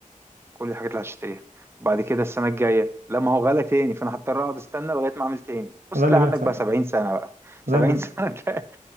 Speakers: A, on the right; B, on the right.
A: كل الحاجات اللي هشتريها وبعد كده السنة الجاية لا ما هو غلى تاني فانا هضطر اقعد استنى لغاية ما اعمل تاني بص
B: ده
A: تلاقي
B: اللي بيحصل
A: عندك بقى 70 سنة بقى
B: ده
A: 70
B: اللي
A: سنة ده